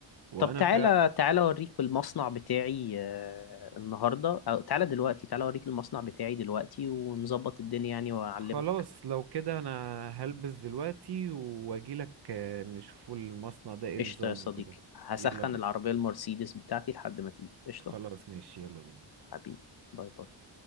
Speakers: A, on the right; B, on the left.
A: وانا
B: طب تعالى
A: فع
B: تعالى اوريك المصنع بتاعي آه، النهارده او تعالى دلوقتي تعالى اوريك المصنع بتاعي دلوقتي ونظبط الدنيا يعني واعلمك
A: خلاص لو كده انا هلبس دلوقتي واجيلك آه، نشوفوا المصنع ده ايه
B: قشطه
A: نظامه
B: يا صديقي
A: وكده
B: هسخن
A: يلا بينا
B: العربيه المرسيدس بتاعتي لحد ما تيجي قشطه
A: خلاص ماشي يلا بينا
B: حبيبي باي باي